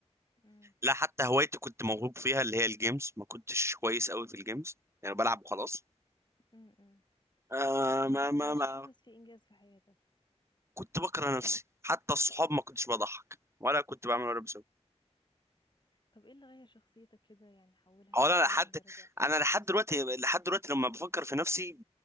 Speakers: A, on the left (about 40°); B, on the right (about 25°).
A: امم
B: لا حتى هوايتي كنت موهوب فيها اللي هي الجيمز ما كنتش كويس قوي في الجيمز يعني بلعب وخلاص
A: إمم، إمم، إمم.
B: آه
A: فانت
B: ما ما
A: مش
B: ما
A: حاسس في انجاز في حياتك
B: كنت بكره نفسي حتى الصحاب ما كنتش بضحك ولا كنت بعمل ولا بسوي
A: طب ايه اللي غير شخصيتك كده يعني حولها
B: هو
A: 180
B: انا لحد
A: درجة
B: انا لحد
A: وصلت
B: دلوقتي لحد دلوقتي لما بفكر في نفسي